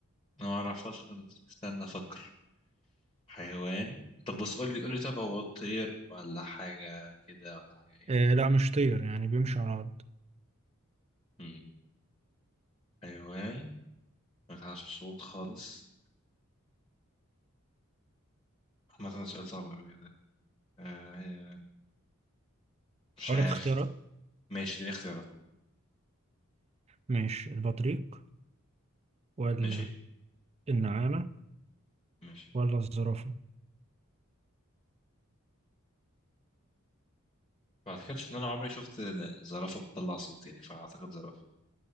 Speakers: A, on the left; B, on the right.
A: انا ما اعرفهاش خالص استنى افكر حيوان طب بص قول لي قول لي طب هو طير ولا حاجه كده ولا حاجه ايه
B: آه،
A: ولا
B: لا مش طير يعني بيمشي على الارض
A: مم. حيوان ما يطلعش صوت خالص عامة ده سؤال صعب قوي ده آه هي مش
B: اقول
A: عارف
B: لك اختيارات
A: ماشي دي اختيارات
B: ماشي البطريق ولا
A: ماشي
B: النعامة
A: ماشي
B: ولا الزرافة
A: ما اعتقدش ان انا عمري شفت زرافه بتطلع صوت يعني فاعتقد زرافه